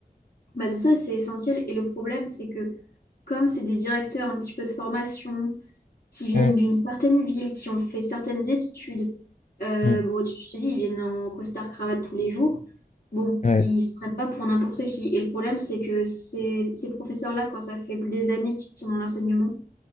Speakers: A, on the left (about 70°); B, on the left (about 50°).
A: Bah c'est ça, c'est essentiel. Et le problème, c'est que comme c'est des directeurs un petit peu de formation, qui viennent
B: Mm,
A: d'une certaine ville, qui ont fait certaines études, euh,
B: mm,
A: bon, tu je te dis, ils viennent en costard-cravate tous les jours. Bon,
B: ouais,
A: ils se prennent pas pour n'importe qui. Et le problème, c'est que ces, ces professeurs-là, quand ça fait des années qu'ils sont dans l'enseignement,